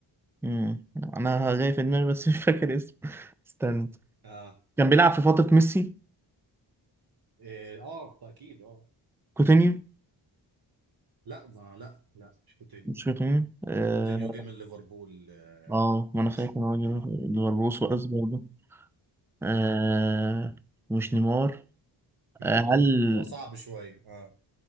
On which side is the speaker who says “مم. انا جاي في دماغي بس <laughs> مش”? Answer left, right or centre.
Centre